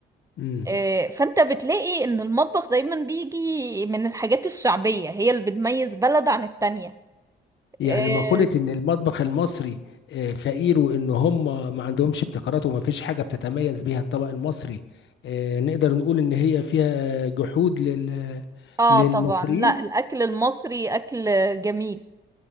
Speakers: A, on the left (about 70°); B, on the right (about 15°).
A: مم.
B: آه، فأنت بتلاقي إن المطبخ دايما بيجي من الحاجات الشعبية هي اللي بتميز بلد عن التانية
A: يعني
B: اه
A: مقولة إن المطبخ المصري آه، فقير وإن هم ما عندهمش ابتكارات وما فيش حاجة بتتميز بيها الطبق المصري آه، نقدر نقول إن هي فيها جحود لل
B: آه،
A: للمصريين
B: طبعا لا الأكل المصري أكل جميل